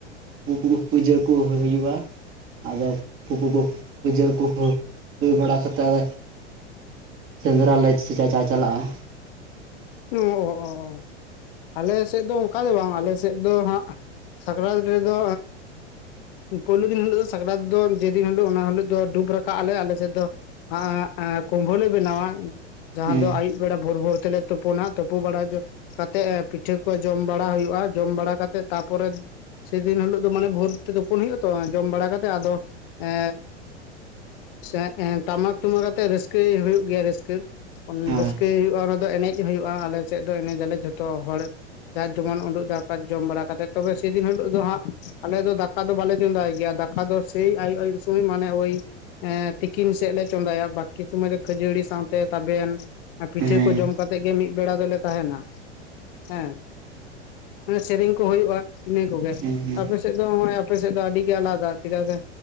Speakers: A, on the right; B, on the left.
A: ᱯᱩᱻ ᱯᱩᱡᱟᱹ ᱠᱚ ᱦᱩᱭᱩᱜᱼᱟ ᱟᱫᱚ ᱯᱩᱻ ᱯᱩᱡᱟᱹ ᱠᱚ ᱦᱩᱭ ᱵᱟᱲᱟ ᱠᱟᱛᱮᱫᱼᱼ ᱥᱮᱸᱫᱽᱨᱟ ᱞᱮ ᱪᱟᱪᱟ ᱪᱟᱞᱟᱜᱼᱟ
B: ᱚ ᱚ ᱚ ᱚ ᱟᱞᱮ ᱥᱮᱫ ᱫᱚ ᱚᱱᱠᱟ ᱫᱚ ᱵᱟᱝ ᱟᱞᱮ ᱥᱮᱫ ᱫᱚ ᱦᱟᱸᱜᱼᱼ ᱥᱟᱠᱨᱟᱛ ᱨᱮ ᱫᱚᱼᱼ ᱯᱳᱭᱞᱩ ᱫᱤᱱ ᱦᱤᱞᱳᱜ ᱫᱚ ᱥᱟᱠᱨᱟᱛ ᱫᱚ ᱡᱮᱫᱤᱱ ᱦᱤᱞᱳᱜ ᱚᱱᱟ ᱦᱤᱞᱳᱜ ᱫᱚ ᱰᱩᱵ ᱨᱟᱠᱟᱵ ᱟᱞᱮ ᱟᱞᱮ ᱥᱮᱫ ᱫᱚ᱾ ᱦᱟᱸ ᱮ ᱠᱩᱢᱵᱟᱹ ᱞᱮ ᱵᱮᱱᱟᱣᱟ ᱡᱟᱦᱟᱸ
A: ᱦᱮᱸ
B: ᱫᱚ ᱟᱹᱭᱩᱵ ᱵᱮᱲᱟ ᱵᱷᱳᱨ ᱵᱷᱳᱨ ᱛᱮᱞᱮ ᱛᱩᱯᱩᱱᱟ ᱛᱩᱯᱩ ᱵᱟᱲᱟ ᱠᱟᱛᱮᱫ ᱯᱤᱴᱷᱟᱹ ᱠᱚ ᱡᱚᱢ ᱵᱟᱲᱟ ᱦᱩᱭᱩᱜᱼᱟ, ᱡᱚᱢ ᱵᱟᱲᱟ ᱠᱟᱛᱮᱜ ᱛᱟᱨᱯᱚᱨᱮ ᱥᱮᱫᱤᱱ ᱦᱤᱞᱳᱜ ᱫᱚ ᱢᱟᱱᱮ ᱵᱷᱳᱨ ᱛᱮ ᱛᱩᱯᱩᱱ ᱦᱩᱭᱩᱜᱼᱟ ᱛᱚ ᱡᱚᱢ ᱵᱟᱲᱟ ᱠᱟᱛᱮᱜ ᱟᱫᱚ ᱮᱻ ᱥᱮ ᱮ ᱴᱟᱢᱟᱠ ᱴᱩᱢᱟᱠ ᱠᱟᱛᱮᱜ ᱨᱟᱹᱥᱠᱟᱹᱭ ᱦᱩᱭᱩᱜ ᱜᱮᱭᱟ ᱨᱟᱹᱥᱠᱟᱹ
A: ᱦᱳᱭ
B: ᱨᱟᱹᱥᱠᱟᱹᱭ ᱦᱩᱭᱩᱜᱼᱟ ᱚᱱᱟ ᱫᱚ ᱮᱱᱮᱡ ᱦᱩᱭᱩᱜᱼᱟ, ᱟᱞᱮ ᱥᱮᱫ ᱫᱚ ᱮᱱᱮᱡ ᱟᱞᱮ ᱡᱷᱚᱛᱚ ᱦᱚᱲ᱾ ᱡᱟᱨ ᱡᱮᱢᱚᱱ ᱩᱰᱩᱜ ᱫᱟᱠᱟ ᱡᱚᱢ ᱵᱟᱲᱟ ᱠᱟᱛᱮᱜ, ᱛᱚᱵᱮ ᱥᱮᱫᱤᱱ ᱦᱤᱞᱳᱜ ᱫᱚ ᱦᱟᱸᱜ ᱟᱞᱮ ᱫᱚ ᱫᱟᱠᱟ ᱫᱚ ᱵᱟᱞᱮ ᱪᱚᱸᱫᱟᱭ ᱜᱮᱭᱟ ᱫᱟᱠᱟ ᱫᱚ ᱥᱮᱭ ᱟᱭᱩ ᱟᱭᱩᱵ ᱥᱩᱢᱚᱭ ᱢᱟᱱᱮ ᱳᱭ ᱮᱸ ᱛᱤᱠᱤᱱ ᱥᱮᱫ ᱞᱮ ᱪᱚᱸᱫᱟᱭᱟ ᱵᱟᱠᱤ ᱥᱚᱢᱚᱭ ᱫᱚ ᱠᱷᱟᱹᱡᱟᱹᱲᱤ ᱥᱟᱶᱛᱮ ᱛᱟᱵᱮᱱ ᱯᱤᱴᱷᱟᱹ
A: ᱦᱮᱸ
B: ᱠᱚ ᱡᱚᱢ ᱠᱟᱛᱮᱜ ᱜᱮ ᱢᱤᱫ ᱵᱮᱲᱟ ᱫᱚᱞᱮ ᱛᱟᱦᱮᱱᱟ ᱦᱮᱸ ᱥᱮᱨᱮᱧ ᱠᱚ ᱦᱩᱭᱩᱜᱼᱟ᱾ ᱤᱱᱟᱹ ᱠᱚᱜᱮ ᱟᱯᱮ
A: ᱦᱮᱸ ᱦᱮᱸ
B: ᱟᱯᱮ ᱥᱮᱫ ᱫᱚ ᱱᱚᱜᱼᱚᱭ ᱟᱯᱮ ᱥᱮᱫ ᱫᱚ ᱟᱹᱰᱤ ᱜᱮ ᱟᱞᱟᱫᱟ ᱪᱮᱫᱟᱜ ᱥᱮ